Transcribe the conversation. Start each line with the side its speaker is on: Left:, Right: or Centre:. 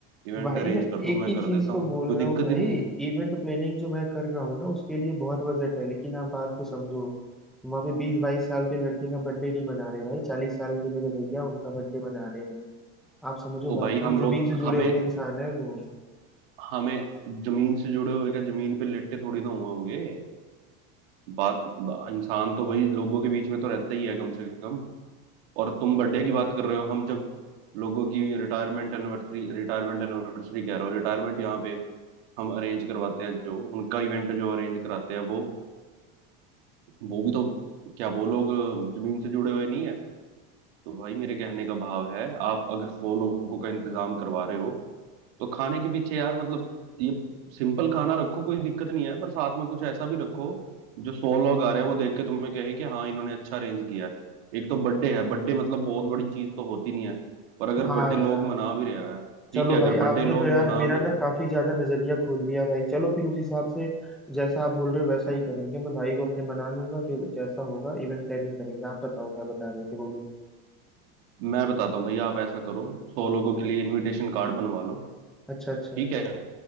Right: इवेंट
Centre: भाई
Right: अरेंज
Centre: मैं
Right: कर दो
Centre: एक
Right: मैं
Centre: ही
Right: कर
Centre: चीज
Right: देता
Centre: तो
Right: हूँ
Centre: बोल
Right: कोई
Centre: रहा
Right: दिक्कत
Centre: हूँ भाई
Right: ही नहीं है
Centre: इवेंट प्लानिंग जो मैं कर रहा हूँ ना उसके लिए बहुत बजट है लेकिन आप बात को समझो वहाँ पे बीस बाईस साल के लड़के का बर्थडे नहीं मना रहे भाई चालीस साल के मेरे भैया उनका बर्थडे मना रहे हैं आप समझो
Right: ओ
Centre: बात
Right: भाई
Centre: को
Right: हम लोग
Centre: जमीन से जुड़े
Right: हमें
Centre: हुए इंसान है वो
Right: हमें जमीन से जुड़े हुए क्या जमीन पे लेटे थोड़ी ना हुए होंगे बात बा, इंसान तो वही लोगों के बीच में तो रहता ही है कम से कम और तुम बर्थडे की बात कर रहे हो हम जब लोगों की रिटायरमेंट एनिवर्सरी रिटायरमेंट एनिवर्सरी कह रहा हूँ रिटायरमेंट यहाँ पे हम अरेंज करवाते हैं जो उनका इवेंट जो अरेंज कराते हैं वो वो भी तो क्या वो लोग जमीन से जुड़े हुए नहीं है तो भाई मेरे कहने का भाव है आप अगर सौ लोगों का इंतजाम करवा रहे हो तो खाने के पीछे यार मतलब ये सिंपल खाना रखो कोई दिक्कत नहीं है पर साथ में कुछ ऐसा भी रखो जो सौ लोग आ रहे हैं वो देख के तुम्हें कहें कि हाँ इन्होंने अच्छा अरेंज किया है एक तो बर्थडे है बर्थडे मतलब बहुत बड़ी चीज तो होती नहीं है पर अगर
Centre: हाँ
Right: बर्थडे
Centre: यार
Right: लोग मना भी रहे हैं ठीक
Centre: चलो
Right: है अगर
Centre: भाई
Right: बर्थडे
Centre: आपने
Right: लोग
Centre: तो यार
Right: मना
Centre: मेरा
Right: भी रहे
Centre: ना
Right: हैं
Centre: काफी ज्यादा नजरिया खोल दिया भाई चलो फिर उस हिसाब से जैसा आप बोल रहे हो वैसा ही करेंगे मैं भाई को अपने मना लूंगा फिर जैसा होगा इवेंट प्लानिंग करेंगे आप बताओ क्या बता रहे थे बोलो
Right: मैं बताता हूँ भैया आप ऐसा करो सौ लोगों के लिए इनविटेशन कार्ड बनवा लो
Centre: अच्छा अच्छा
Right: ठीक है